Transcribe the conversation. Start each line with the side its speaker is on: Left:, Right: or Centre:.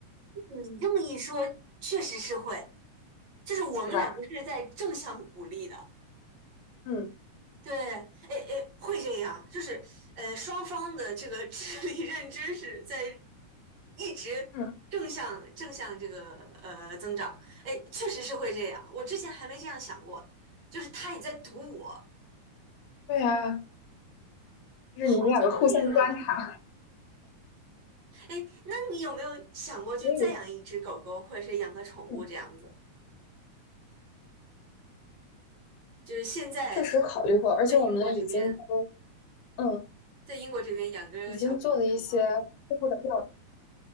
Right: 你这么一说，确实是会。就是我们两个是在正向鼓励的，
Left: 是吧？嗯
Right: 对，哎哎，会这样，就是呃，双方的这个 <laughs> 智力认知是在一直正向正向这个呃增长，
Left: 嗯，
Right: 哎，确实是会这样，我之前还没这样想过，就是他也在读我，
Left: 对啊，就是你们两个互相观察，
Right: 好聪明啊，哎，那你有没有想过就再养一只狗狗，
Left: 所以
Right: 或者是养个宠物这样子？
Left: 嗯，
Right: 就是现在
Left: 确实考虑过，而且我们已经都
Right: 在英国这边，
Left: 嗯
Right: 在英国这边养个小狗小猫，
Left: 已经做了一些初步的调查。